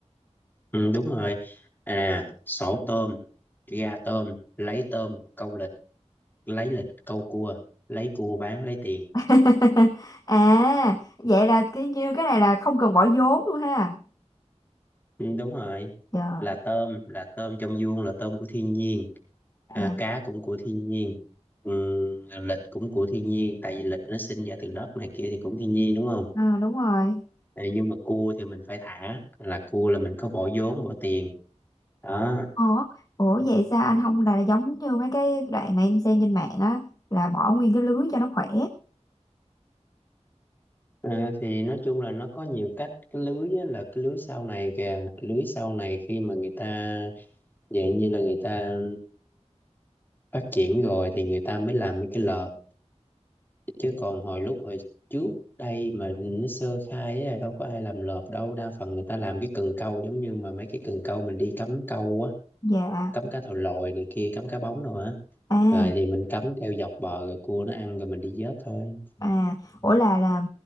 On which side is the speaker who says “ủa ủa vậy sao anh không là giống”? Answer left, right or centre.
Left